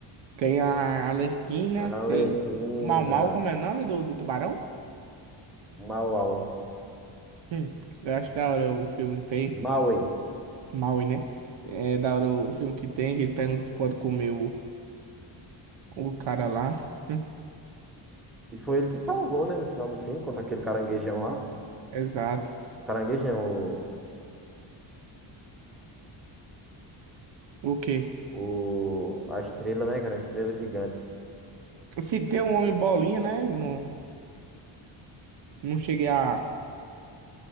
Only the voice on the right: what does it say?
Tem a Arlequina,
tem o Mau Mau, como é o nome do, do tubarão?
Hum, eu acho da hora o filme que tem.
Maui, né? É da hora o filme que tem, que ele pergunta se pode comer o, o cara lá. Hum,
exato.
O quê?
Se tem um homem bolinha, né? Não, não cheguei a,